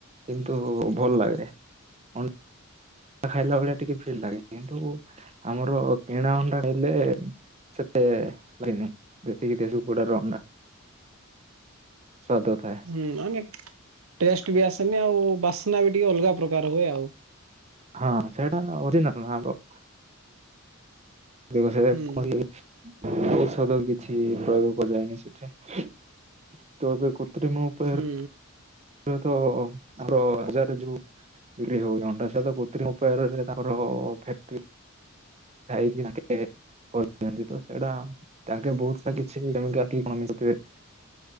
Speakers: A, on the right; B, on the right.
A: କିନ୍ତୁ ଭଲ୍ ଲାଗେ। ଅଣ୍ଡା ଖାଇଲା ଭଳିଆ ଟିକେ ଫିଲ୍ ଲାଗେ କିନ୍ତୁ ଆମର କିଣା ଅଣ୍ଡା ହେଲେ ସେତେ ହେନି ଯେତିକି ଦେଶୀ କୁକୁଡା ର ଅଣ୍ଡା ସ୍ୱାଦୁ ଥାଏ।
B: ହୁଁ ହନେ ଟେଷ୍ଟ ବି ଆସେନି ଆଉ ବାସ୍ନା ବି ଟିକେ ଅଲଗା ପ୍ରକାର ହୁଏ ଆଉ।
A: ହଁ ସେଟା ଓରି ଲାଗ ଭାଙ୍ଗ। ଦୀବର୍ଷକେ
B: ହୁଁ
A: କଲି। ଔଷଧ କିଛି ପ୍ରୟୋଗ କରା ଯାଏନି ସେଠି ତୋ ଏବେ କ ତୁମ ଉପରେ
B: ହୁଁ
A: ହୁଏଡ ଆମର ହଜାର ଯୋଉ ବିକ୍ରି ହବ ଅଣ୍ଡା ସହିତ କୃତ୍ରିମଉପାୟରେ ତାଙ୍କର ଫାଟ୍ରି ଯାଇ କିନା କେତେ କରିିଚନ୍ତି ତ ସେଇଡା ତାଙ୍କେ ବହୁତ ସା କିଛି ଗାଡିଘନେଥିବେ।